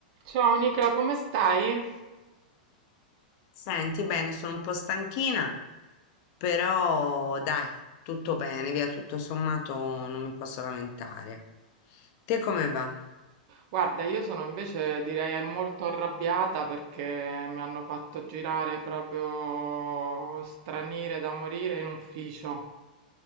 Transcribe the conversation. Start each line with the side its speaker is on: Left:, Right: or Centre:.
Right: Ciao Nicola, come stai?
Left: Senti, bene, sono un po' stanchina, però dai, tutto bene, via, tutto sommato non mi posso lamentare. Te come va?
Right: Guarda, io sono invece direi molto arrabbiata perché mi hanno fatto girare proprio stranire da morire in ufficio.